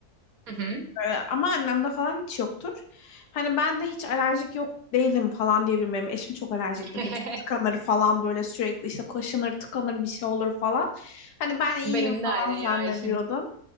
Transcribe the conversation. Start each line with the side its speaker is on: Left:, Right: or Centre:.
Right: Hı hı.
Left: Ee, Ama annemde falan hiç yoktur. Hani ben de hiç alerjik yok değilim falan diyebilirim. Benim eşim çok alerjikti.
Right: <laughs>
Left: Böyle çok tıkanır falan böyle sürekli işte kaşınır tıkanır bir şey olur falan. Hani ben iyiyim
Right: Benim
Left: falan
Right: de aynı ya
Left: zannediyordum.
Right: işim.